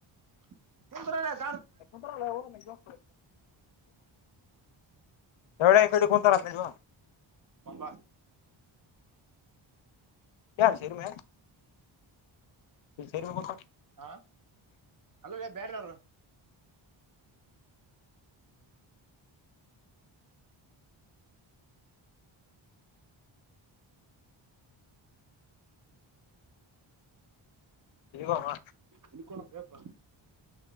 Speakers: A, on the right; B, on the left.
A: <unintelligible>
B: <unintelligible> ಎವಡ ಈ ಕಡೆ ಕೊಂತ ರತ ಇವ
A: ಒಂಬ
B: ಯಾರು ಸೇರುಮ ನೀ ಸೇರ್ಬೇಕು
A: ಹಾ ಅಲ್ಲ ಬೇರೆರು
B: ಸಿಗಮ್ಮ
A: ಇಲ್ಲಿ ಬ್ಯಾಪ